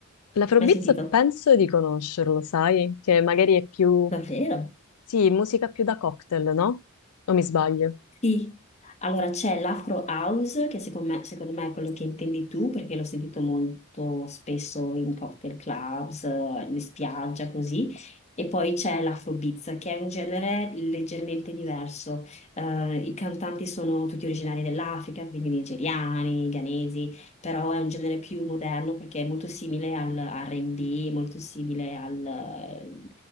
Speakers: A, on the left (about 85°); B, on the left (about 30°).
A: L'Afrobeats
B: Mai sentito?
A: penso di conoscerlo, sai? Che magari è più...
B: Davvero?
A: Sì, musica più da cocktail, no? O mi sbaglio?
B: Sì, allora c'è l'Afro House, che secondo me, secondo me è quello che intendi tu, perché l'ho sentito molto spesso in cocktail clubs, eh, in spiaggia, così. E poi c'è l'Afrobeats, che è un genere leggermente diverso. Eh, i cantanti sono tutti originari dell'Africa, quindi nigeriani, ghanesi, però è un genere più moderno perché è molto simile al R&B, molto simile al...